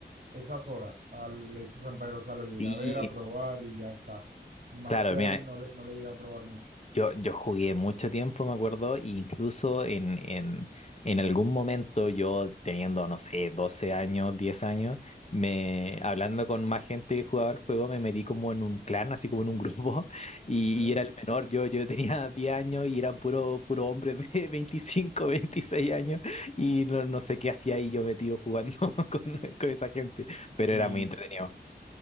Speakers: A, on the right; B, on the left.
A: esas horas al Age of Empires. O sea, lo llegué
B: Y
A: a ver, a probar y ya está. Más
B: claro,
A: de
B: mira,
A: ahí no le, no le llegué a probar mucho.
B: Yo, yo jugué mucho tiempo, me acuerdo, e incluso en, en, en algún momento yo teniendo, no sé, 12 años, 10 años, me, hablando con más gente que jugaba el juego, me metí como en un clan, así como en un grupo, <laughs> y,
A: ¿ok?
B: y era el menor, yo, yo tenía 10 años y eran puro, puro hombres de 25 26 años, y no, no sé qué hacía ahí yo metido jugando <laughs> con, con esa gente, pero
A: Sí,
B: era muy entretenido.